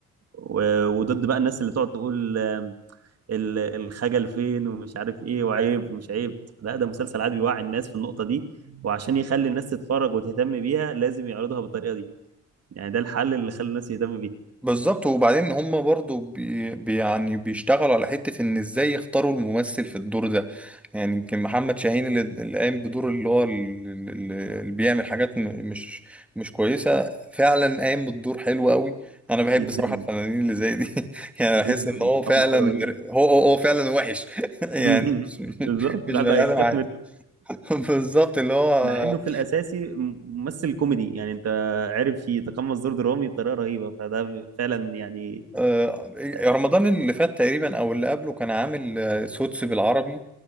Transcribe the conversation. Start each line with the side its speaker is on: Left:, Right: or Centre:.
Right: و- وضد بقى الناس اللي تقعد تقول آم، ال- الخجل فين ومش عارف ايه وعيب ومش عيب لا ده مسلسل عادي بيوعي الناس في النقطه دي وعشان يخلي الناس تتفرج وتهتم بيها لازم يعرضها بالطريقه دي يعني ده الحل اللي خلى الناس تهتم بيه
Centre: بالظبط وبعدين هم برضو بي بي- يعني بيشتغلوا على حتة ان ازاي يختاروا الممثل في الدور ده يعني يمكن محمد شاهين اللي اللي قايم بدور اللي هو ال- ال- ال- اللي بيعمل حاجات م- مش مش كويسة فعلا قايم بالدور حلو قوي انا بحب
Right: جدا
Centre: صراحة الفنانين اللي زي دي <laughs> يعني
Right: جدا
Centre: بحس ان هو
Right: التقمص
Centre: فعلا
Right: ده رهيب
Centre: هو هو, هو فعلا وحش <laughs> يعني
Right: <laughs>
Centre: مش مش
Right: بالظبط
Centre: مش
Right: الواحد
Centre: بني
Right: بقى يخاف
Centre: ادم عادي
Right: منه
Centre: <laughs> بالظبط اللي هو
Right: مع انه في الاساسي م- ممثل كوميدي يعني انت عارف يتقمص دور درامي بطريقه رهيبه فده فعلا يعني
Centre: آه،
Right: آه،
Centre: رمضان اللي فات تقريبا او اللي قبله كان عامل آه، سوتس بالعربي